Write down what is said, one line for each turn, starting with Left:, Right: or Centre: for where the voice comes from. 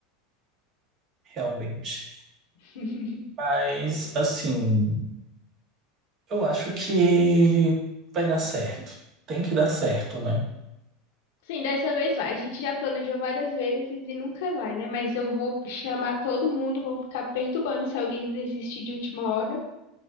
Right: realmente.
Left: <laughs>
Right: Mas, assim, eu acho que vai dar certo. Tem que dar certo, né?
Left: Sim, dessa vez vai. A gente já planejou várias vezes e nunca vai, né? Mas eu vou chamar todo mundo, vou ficar perturbando se alguém desistir de última hora.